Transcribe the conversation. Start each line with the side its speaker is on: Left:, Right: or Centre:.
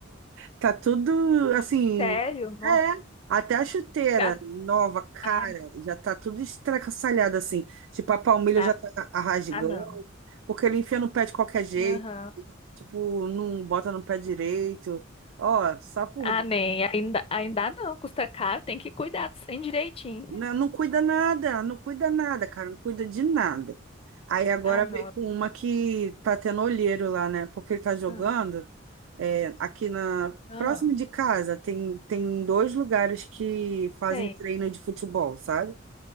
Right: Tá tudo, assim.
Left: Sério? Não.
Right: É. Até a chuteira
Left: Já-
Right: nova, cara,
Left: Ah,
Right: já tá tudo estracassalhado, assim. Tipo, a palmilha
Left: ah,
Right: já tá rasgando.
Left: ah, não.
Right: Porque ele enfia no pé de qualquer jeito.
Left: Aham.
Right: Tipo, não bota no pé direito. Ó, só por
Left: Ah, nem. Ainda, ainda não. Custa caro, tem que cuidar sem direitinho.
Right: Não, não cuida nada, não cuida nada, cara, não cuida de nada. Aí agora
Left: Ah, não.
Right: veio com uma que tá tendo olheiro lá, né? Porque ele tá jogando
Left: Ah,
Right: é, aqui na
Left: ah,
Right: próximo de casa tem, tem dois lugares que fazem
Left: sei.
Right: treino de futebol, sabe?